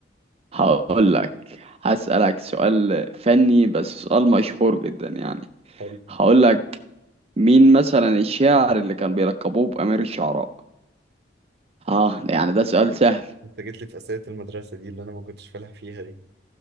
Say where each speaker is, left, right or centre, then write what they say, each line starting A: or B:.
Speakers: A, on the right; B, on the right.
A: هقول لك هسألك سؤال فني بس سؤال مشهور جدا يعني
B: حلو
A: هقول لك مين مثلا الشاعر اللي كان بيلقبوه بأمير الشعراء اه ده يعني ده سؤال سهل
B: أنت جيت لي في أسئلة المدرسة دي اللي أنا ما كنتش فالح فيها دي